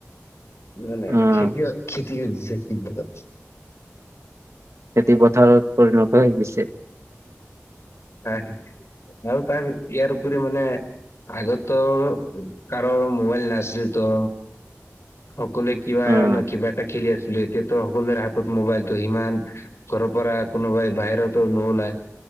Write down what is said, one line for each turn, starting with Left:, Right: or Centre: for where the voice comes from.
Left: নাই নাই
Right: অ',
Left: ক্ষতিয় ক্ষতি কৰি <unintelligible>
Right: খেতি পথাৰত পৰিণত হৈ গৈছে।
Left: আৰু তাৰ ইয়াৰ উপৰি মানে। আগতো কাৰো মোবাইল নাছিল তো, সকলোৱে কিবা
Right: অ'।
Left: ন কিবা এটা খেলি আছিলো এতিয়াতো সকলোৰে হাতত মোবাইলটো সিমান, ঘৰৰ পৰা কোনোবাই বাহিৰতো নোলায়।